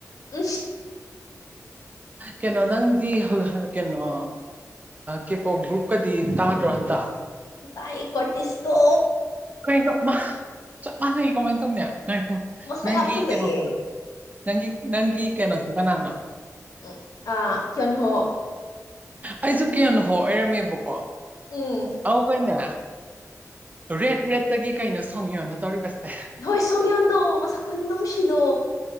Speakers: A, on the left; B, on the right.
A: ꯍ
B: ꯀꯩꯅꯣ ꯅꯪꯗꯤ ꯀꯩꯅꯣ ꯀꯦꯣ ꯒ꯭ꯔꯨꯞꯀꯗꯤ ꯇꯥꯗ꯭ꯔꯣ ꯑꯟꯇꯥ
A: ꯀꯥꯏ ꯀꯠꯤꯁꯇꯣ
B: ꯑꯩ ꯆ ꯆꯞ ꯃꯥ ꯀꯃꯥꯏ ꯇ ꯈꯣ
A: ꯃꯁꯛ
B: ꯅꯪꯒꯤ
A: ꯌꯥꯝ ꯐꯖꯩꯌꯦ
B: ꯀꯩꯅꯣ ꯍꯥꯏ ꯅꯪꯒꯤ ꯅꯪꯒꯤ ꯀꯩꯅꯣꯁꯦ ꯀꯅꯥꯅꯣ
A: ꯎ ꯑ ꯀꯦꯟꯍꯣ
B: ꯑꯩꯁꯨ ꯀꯌꯥꯅꯣ ꯍꯣꯏꯔꯝꯃꯦꯕꯀꯣ
A: ꯎꯝ
B: ꯑ ꯀꯅꯦ ꯔꯦꯠ ꯔꯦꯗꯠꯇꯒꯤ ꯀꯩꯅꯣ ꯁꯣꯡꯉꯌꯅ ꯇꯧꯔꯤꯕꯁꯦ
A: ꯍꯣꯏ ꯁꯣꯡꯌꯣꯟꯗꯣ ꯃꯁꯛ ꯀꯨꯟ ꯅꯨꯡꯁꯤꯗꯣ